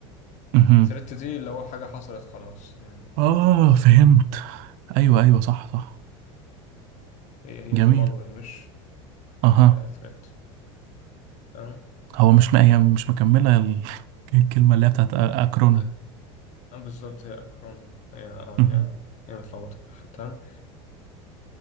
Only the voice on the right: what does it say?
مهم.
آه فهمت أيوة أيوة صح صح
جميل
أها
هو مش م... هي مش مكملة ال- <laughs> الكلمة اللي هي بتاعت أكرونيم
مهم.